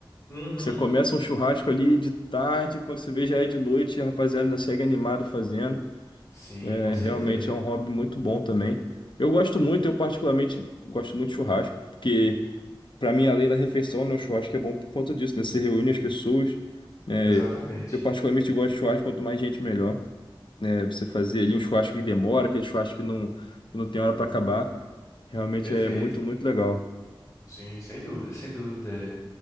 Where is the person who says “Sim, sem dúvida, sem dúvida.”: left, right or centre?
Left